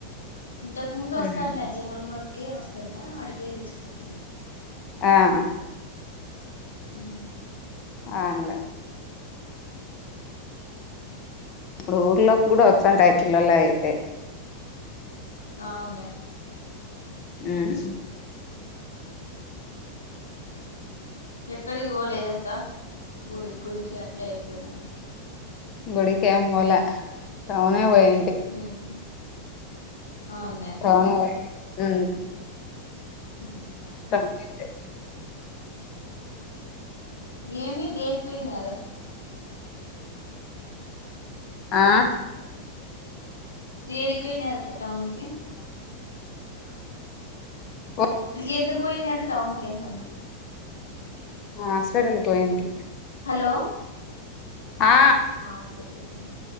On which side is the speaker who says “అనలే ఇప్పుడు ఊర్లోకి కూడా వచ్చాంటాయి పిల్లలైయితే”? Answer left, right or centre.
Left